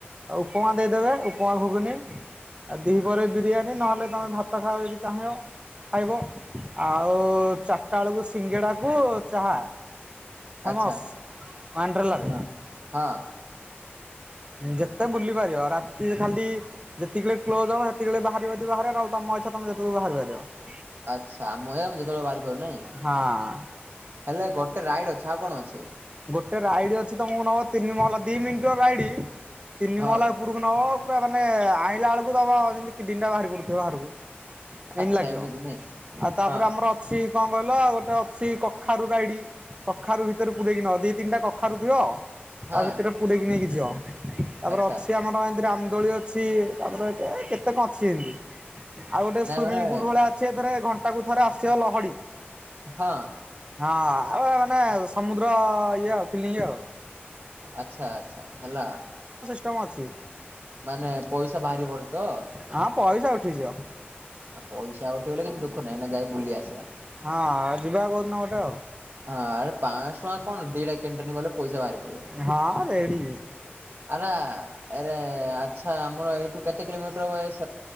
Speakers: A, on the right; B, on the right.
A: ଆଉ ଉପମା ଦେଇଦେବେ ଉପମା ଘୁଗୁନି। ଆ ଦି ପରେ ବିରିୟାନୀ ନହେଲେ ତମେ ଭାତ ଖାଅ ଯଦି ଚାହିଁବ। ଖାଇବ ଆଉ ଚାରିଟା ବେଳକୁ ସିଙ୍ଗେଡାକୁ ଚାହା।
B: ଆଚ୍ଛା
A: ଫେମସ ଆଣ୍ଡ୍ରଲାରେ।
B: ହଁ ହଁ
A: ଯେତେ ବୁଲି ପାରିବ ରାତି ଖାଲି ଯେତିକ କ୍ଲୋଜ ହବ ହେ ତିକିବେଳେ ବାହାରିବ ଯଦି ବାହରିବ ନ ହେଲେ ତମ ଇଛା ତମେ ଯେତବେଳୁକୁ ବାହାରିପାରିବ।
B: ଆଛା ଆମ ଇଏ ଆମେ ଯେତବେଳେ ବାହାରି ପାରୁନାଇଁ
A: ହଁ।
B: ହେଲେ ଗୋଟେ ରାଇଡ ଅଛି। ଆଉ କଣ ଅଛି
A: ଗୋଟେ ରାଇଡି ଅଛି ତମକୁ ନବ ତିନି ମହଲା ଦି ମିଣ୍ଟିର ରାଇଡି ତିନି
B: ହଁ
A: ମହଲା ଓପୁରୁକୁ ନବ ପୁରା ମାନେ ଆଇଁଲା ବେଳକୁ ତମ ଯେମିତି କିଡିନି ଟା ବାହାରି ପଡୁଥିବ ବାହାରକୁ। ଏଇନି
B: ଆଚ୍ଛା
A: ଲାଗିବ
B: ଏମିତି ନାଇଁ
A: ଆଉ ତାପରେ
B: ହଁ
A: ଆମର ଅଛି କଣ କହିଲ ଗୋ ଟେ ଅଛି କଖାରୁ ରାଇଡି କଖାରୁ ଭିତରେ ପୁରେଇକି ନବ ଦି ତିନଟା କଖାରୁ ଥିବ।
B: ହଁ
A: ତା ଭିତରେ ପୁରେଇକି ନେଇକି ଯିବ ତାପରେ
B: ଆଚ୍ଛା
A: ଅଛି ଆମର ଏମିତି ରାମଦୋଳି ଅଛି। ଚି ତାପରେ କେ କେତେ କଣ ଅଛି ଏମତି ଆଉ ଗୋଟେ
B: ନାଇଁ
A: ସୁମିଙ୍ଗ
B: ମାନେ
A: ପୁଲ ଭଳିଆ ଅଛି ଏଥିରେ ଘ ଣ୍ଟାକୁ ଥରେ ଆସିବ ଲହଡି।
B: ହଁ।
A: ହଁ ଆଉ ମାନେ ସମୁଦ୍ର ଇଏ ଆଉ ଫିଲିଙ୍ଗ ଆଉ।
B: ଆଚ୍ଛା ଆଛା ହେଲା।
A: ତ ମଛି।
B: ମାନେ ପଇସା ବାହାରି ପଡେ ତ?
A: ହଁ <unintelligible>
B: ଆଉ ପଇସା ଉଠିଗଲେ କିଛି ଦୁଃଖ ନାହିଁ ନା ଯାଇ ବୁଲି ଆସିବା।
A: ହଁ ଯିବା କୋଉ ଦିନ ଗୋଟେ ଆଉ।
B: ହଁ ଆରେ ପାଆଁଶ ଟଙ୍କା କଣ ଦିଟା କ୍ୟାଣ୍ଟିନି ଗଲେ ପଇସା ଭାରି ପଡିବ
A: ହଁ ରେଡି
B: ଆରା। ଏରେ ଆଚ୍ଛା ଆମର ଏଇଠୁ କେତେ କିଲୋମିଟର ବୟସ?